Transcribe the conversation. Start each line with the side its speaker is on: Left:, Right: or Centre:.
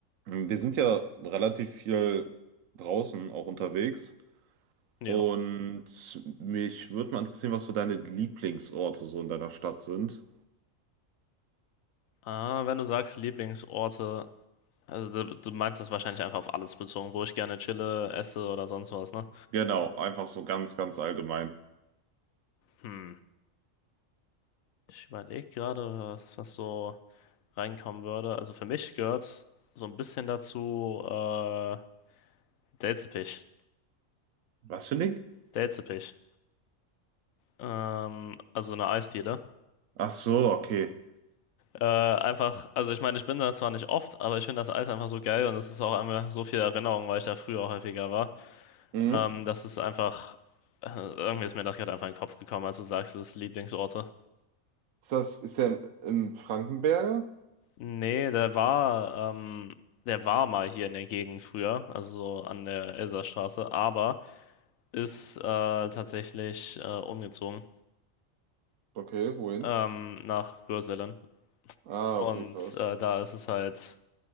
Right: Wir sind ja relativ viel draußen auch unterwegs
Left: Ja.
Right: und mich würde mal interessieren, was so deine Lieblingsorte so in deiner Stadt sind.
Left: Ah, wenn du sagst Lieblingsorte, also du, du meinst das wahrscheinlich einfach auf alles bezogen, wo ich gerne chille, esse oder sonst was, ne?
Right: Genau, einfach so ganz, ganz allgemein.
Left: Hm. Ich überlege gerade, was, was so reinkommen würde. Also für mich gehört so ein bisschen dazu äh, Delzepich.
Right: Was für ein Ding?
Left: Delzepich. Ähm, also eine Eisdiele.
Right: Ach so, okay.
Left: Äh, einfach, also ich meine, ich bin da zwar nicht oft, aber ich finde das Eis einfach so geil und es ist auch einfach so viel Erinnerung, weil ich da früher häufiger war.
Right: Mhm.
Left: Ähm, das ist einfach. äh, Irgendwie ist mir das gerade einfach in den Kopf gekommen, als du sagst, das ist Lieblingsorte.
Right: Ist das, ist der im, im Frankenberger?
Left: Nee, der war, ähm, der war mal hier in der Gegend früher, also so an der Elsastraße, aber ist äh, tatsächlich äh, umgezogen
Right: Okay, wohin?
Left: ähm, nach Würselen.
Right: Ah,
Left: Und
Right: okay, krass.
Left: äh, da ist es halt,